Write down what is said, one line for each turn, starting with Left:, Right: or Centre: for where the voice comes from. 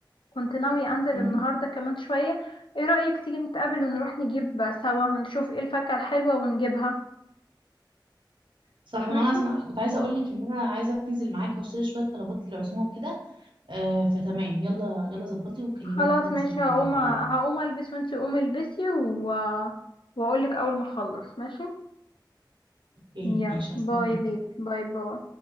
Left: كنت ناويه انزل
Right: مم.
Left: النهارده كمان شويه ايه رايك تيجي نتقابل ونروح نجيب سوا ونشوف ايه الفاكهه الحلوه ونجيبها
Right: صح
Left: ماشي
Right: وانا عايزه كنت عايزه اقول لك ان انا عايزه انزل معاكي واشتري شويه طلبات للعزومه وكده آه فتمام يلا يلا ظبطي وكلميني
Left: خلاص
Right: ننزل
Left: ماشي
Right: مع
Left: هقوم
Right: بعض يلا
Left: هقوم البس وانتي قومي البسي و... واقول لك اول ما اخلص ماشي
Right: ايه
Left: يا
Right: ماشي هستناك
Left: باي بيبي باي باي